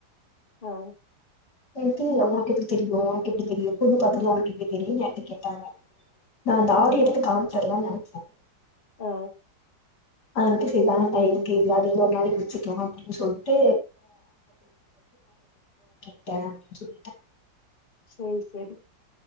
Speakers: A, on the left; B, on the left.
A: ஆ
B: எங்கி உனக்கு எப்புடி உனக்கு எப்புடி பொண்ணு பாத்ததுல்லா உனக்கு எப்புடி ஏன்ட்ட கேட்டாங்க நா அந்த ஆடி எடுத்து காம்சுருல்லான்னு நெனச்ச
A: ஆ
B: ஆண்ட்டுசைதான் அ இதுக்கு அது இன்னோரு நாள் வெச்சுக்குலா அப்புடின்னு சொல்ட்டு <unintelligible> ட்டே அப்புடின்னு சொல்ட்டே
A: சேரி சேரி